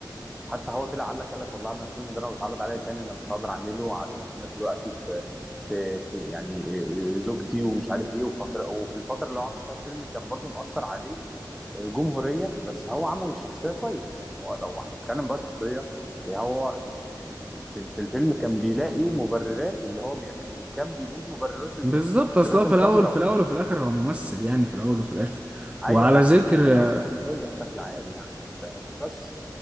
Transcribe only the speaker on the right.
بالظبط
اصلا
في الاول
في الاول وفي الاخر هو ممثل يعني في الاول وفي الاخر
وعلى
ذكر